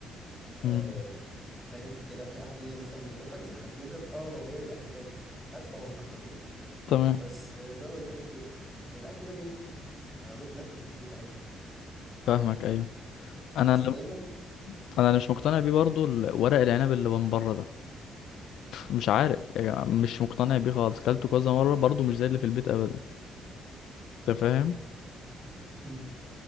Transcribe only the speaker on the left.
مم.
تمام
فاهمك ايوه انا
اللي
انا اللي مش مقتنع بيه برضو ال- ورق العنب اللي من بره ده مش عارف يعني مش مقتنع بيه خالص كلته كذا مره برضو مش زي اللي في البيت ابدا انت فاهم